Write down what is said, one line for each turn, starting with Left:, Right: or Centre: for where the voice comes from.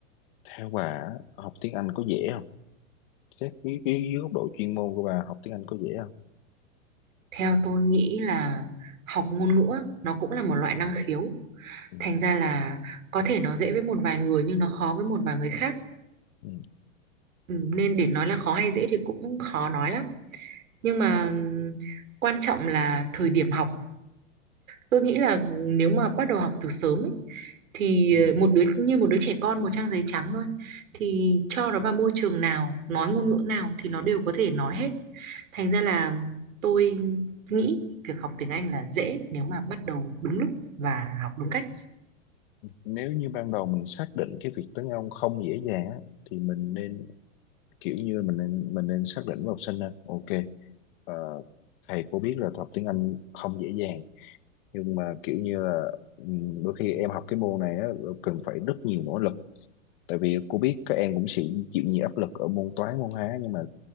Left: Theo bà á, học tiếng Anh có dễ không? Xét cái, cái dưới góc độ chuyên môn của bà học tiếng Anh có dễ không?
Right: theo tôi nghĩ là học ngôn ngữ á, nó cũng là một loại năng khiếu
Left: Ừ.
Right: thành ra là có thể nó dễ với một vài người nhưng nó khó với một vài người khác
Left: Ừ.
Right: Ừ, nên để nói là khó hay dễ thì cũng khó nói lắm nhưng mà ừm, quan trọng là thời điểm học tôi nghĩ là nếu mà bắt đầu học từ sớm ấy, thì
Left: Ừ.
Right: ờ, một đứa như một đứa trẻ con một trang giấy trắng thôi thì cho nó vào môi trường nào nói ngôn ngữ nào thì nó đều có thể nói hết thành ra là tôi nghĩ việc học tiếng Anh là dễ nếu mà bắt đầu đúng lúc và học đúng cách
Left: Nếu như ban đầu mình xác định cái việc tiếng Anh không dễ dàng á, thì mình nên kiểu như mình nên mình nên xác định với học sinh là ok ờ, thầy cô biết là học tiếng Anh không dễ dàng nhưng mà kiểu như là ừm, đôi khi em học cái môn này á, cần phải rất nhiều nỗ lực tại vì cô biết các em cũng sẽ chịu nhiều áp lực ở môn toán môn hóa nhưng mà